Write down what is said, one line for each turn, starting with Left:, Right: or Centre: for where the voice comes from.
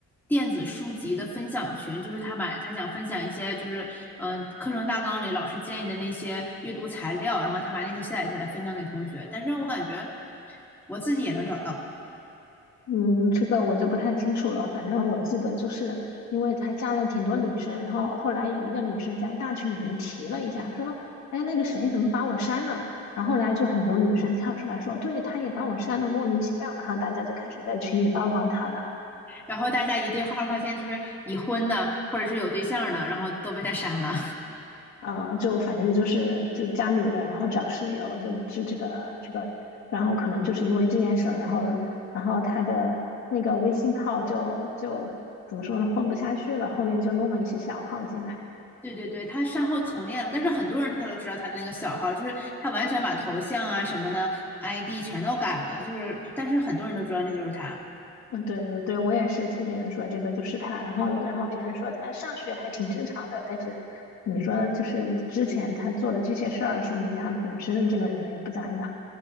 Centre: 电子书籍的分享群，就是他把他想分享一些就是，嗯、课程大纲里老师建议的那些阅读材料，然后他把那些下载下来分享给同学。但是我感觉我自己也能找到，
Left: 嗯，这个我就不太清楚了。反正我记得，就是因为他加了挺多女生，然后后来有一个女生在大群里面提了一下，说：“哎，那个谁怎么把我删了？”然后后来就很多女生跳出来说：“对，他也把我删了，莫名其妙。”然后大家就开始在群里曝光他了。
Centre: 然后大家一对号儿发现，就是已婚的或者是有对象儿的，然后都被他删了。
Left: 呃，就反正就是就加女的，然后找室友，就就这个这个，然后可能就是因为这件事儿，然后然后他的那个微信号就就怎么说呢，混不下去了，后面就弄了一些小号进来。
Centre: 对对对，他善后从练了，但是很多人他都知道他的那个小号，就是他完全把头像啊什么的 ID 全都改了，就是但是很多人都知道那就是他。
Left: 嗯，对对对，我也是听别人说这个就是他，然后然后别人说他上学还挺正常的，但是你说就是之前他做的这些事儿，说明他本身这个人也不咋样。